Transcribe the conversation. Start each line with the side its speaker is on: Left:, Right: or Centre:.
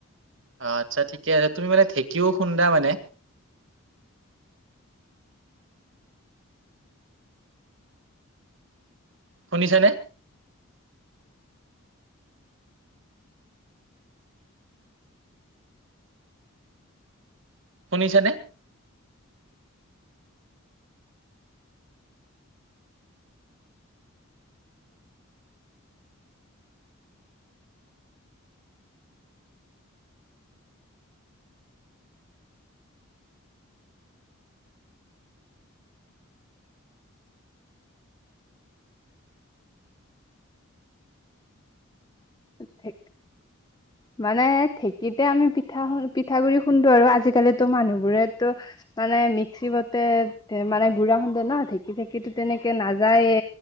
Right: আ আচ্ছা ঠিকে তুমি মানে ঢেঁকিও খুন্দা মানে? শুনিছানে? শুনিছেনে?
Left: ঢেঁক মানে ঢেঁকীতে আমি পিঠা পিঠাগুড়ৰি খুন্দো আৰু আজিকালিতো মানুহবোৰেতো মানে মিক্সি মতে মানে গুড়া খুন্দে ন ঢেঁকি চেকি তেনেকে নাযায়ে